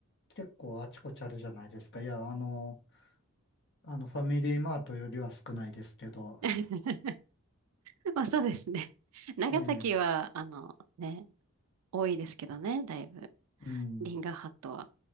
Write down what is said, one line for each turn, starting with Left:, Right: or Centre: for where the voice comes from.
Left: 結構あちこちあるじゃないですか。いや、あの、あの、ファミリーマートよりは少ないですけど、
Right: <laughs> まあそうですね。長崎は、
Left: ええ
Right: あの、ね、多いですけどね、だいぶ。
Left: うん。
Right: リンガーハットは。